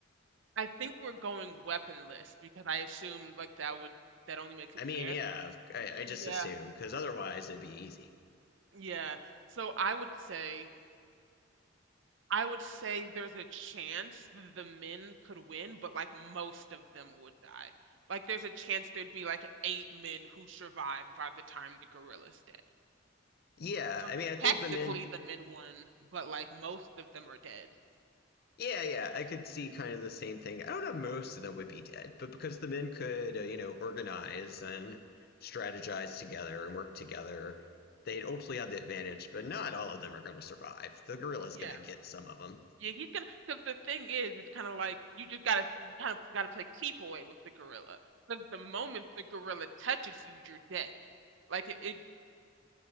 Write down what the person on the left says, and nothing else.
I mean,
yeah, I, I just
assume because otherwise it'd be easy.
Yeah,
I mean, I think
the men.
Yeah, yeah, I could see kind of the same thing. I don't know if most of them would be dead, but because the men could, uh, you know, organize and strategize together and work together, they'd ultimately have the advantage, but not all of them are going to survive. The gorilla's
going to get some of them.